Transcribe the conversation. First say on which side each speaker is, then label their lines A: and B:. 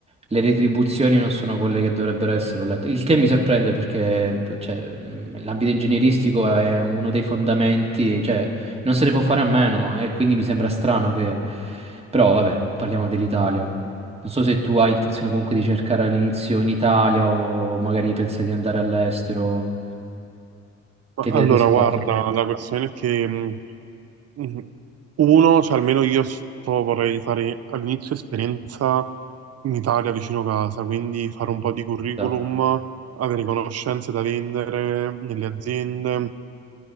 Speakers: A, on the right; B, on the right.
A: Le retribuzioni non sono quelle che dovrebbero essere, ho letto. Il che mi sorprende perché, cioè, mh, l'ambito ingegneristico è uno dei fondamenti, cioè, non se ne può fare a meno e quindi mi sembra strano che... Però, vabbè, parliamo dell'Italia. Non so se tu hai intenzione comunque di cercare all'inizio in Italia o magari pensa di andare all'estero.
B: Ma
A: Che idea
B: allora,
A: ti sei
B: guarda,
A: fatto?
B: la questione è che mh, mh, uno, cioè almeno io so- vorrei fare all'inizio esperienza in Italia vicino casa, quindi fare un po' di curriculum,
A: Da.
B: avere conoscenze da vendere nelle aziende.